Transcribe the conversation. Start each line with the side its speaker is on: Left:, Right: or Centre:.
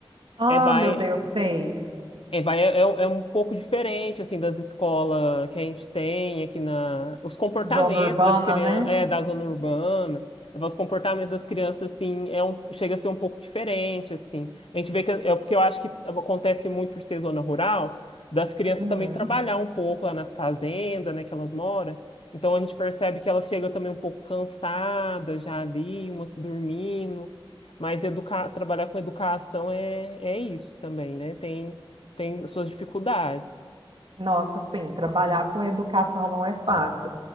Right: Ah,
Left: É, vai,
Right: meu Deus, sei.
Left: é, vai, é, é um é um pouco diferente, assim, das escolas que a gente tem aqui na... Os comportamentos
Right: Zona urbana,
Left: das crianças,
Right: né?
Left: é, da zona urbana, os comportamentos das crianças, assim, é um, chega a ser um pouco diferente, assim. A gente vê que, é porque eu acho que acontece muito por ser zona rural, das crianças
Right: Uhum.
Left: também trabalhar um pouco lá nas fazendas, né, que elas moram. Então a gente percebe que elas chegam também um pouco cansadas já ali, umas dormindo. Mas educar, trabalhar com educação é, é isso também, né? Tem, tem suas dificuldades.
Right: Nossa, sim, trabalhar com educação não é fácil.